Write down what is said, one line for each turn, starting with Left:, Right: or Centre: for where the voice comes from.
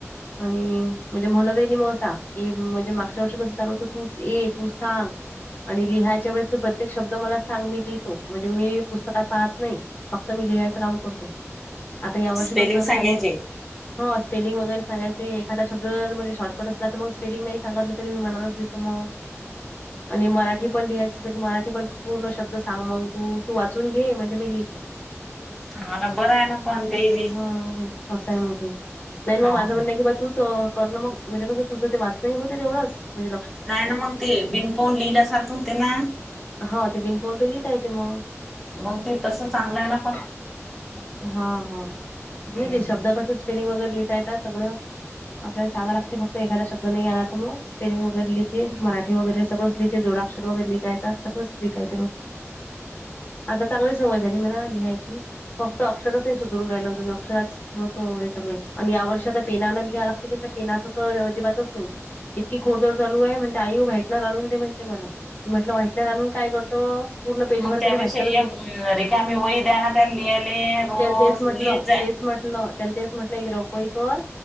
Left: आणि म्हणजे म्होलादेनी मोसा <unintelligible> म्हणजे मागच्या वर्षी कस झाल होत तूच ये तूच सांग. आणि लिहायच्या वेळेस त प्रत्येक शब्द मला सांग मी लिहितो म्हणजे मी पुस्तकात पाहत नाही. फक्त मी लिहायचं काम करतो, आता या वर्षी
Centre: स्पेलिंग
Left: कसं झालंय
Centre: सांगायचे.
Left: मी हा स्पेलिंग वगैरे सांगयचे एखादा शब्द म्हणजे, शॉटकट असला तर मग स्पेलिंग नाही सांगावाटल तरी मी मनाला मग, आणि मराठी पण लिहायचं. च मराठी पण पूर्ण शब्द सांग मग तू -तू वाचून घे म्हणजे मी लिहितो.
Centre: हा ना बरं आहे ना पण ते
Left: हं...
Centre: बी.
Left: अस हाय मग ते. नाही
Centre: हा
Left: मग
Centre: हा.
Left: माझं म्हणण की बा तूच करणं मग म्हणजे कसं तुझं ते वाचणं होते तेवढंच म्हण
Centre: नाही ना मग ते बिन पाहून लिहिल्यासारखं होते ना.
Left: हो ते बिन पाहून त लिहता येते मग.
Centre: मग ते तसं चांगलं आहे ना पण.
Left: हा, हा नाही
Centre: हम्म.
Left: ते शब्द कस स्पेलिंग वगैरे लिहिता येत सगळ आपल्याला सांगायला लागते फक्त एखादा शब्द नाही आला तर मग स्पेलिंग तर लिहते मराठी वगैरे सगळच लिहते, जोडाआक्षर वैगेते लिहिता येतात, सगळं लिहिता येत मग. आता चांगली सवय झाली मला लिहायची, फक्त अक्षरच नाही सुधरून राहिल अजून अक्षरच. थोडस हे चालू आहे, आणि या वर्षी आता पेनाला आणि लागते की पेनाचं तर अजिबातच नाही. इतकी खोडन चालूये म्हणते आई व्हाइटनर आणून दे म्हणते मला म्हटलं व्हाइटनर आणून काय करतो? पूर्ण पेजभर
Centre: मग त्यापेक्षा
Left: काय ते व्हाईटनरच
Centre: एक रिकामी वई द्या ना त्या लिहाले रोज
Left: त्याला तेच म्हटलं
Centre: लिहत जाईन.
Left: तेच म्हटलं त्याला तेच म्हटलं की एक रप वही कर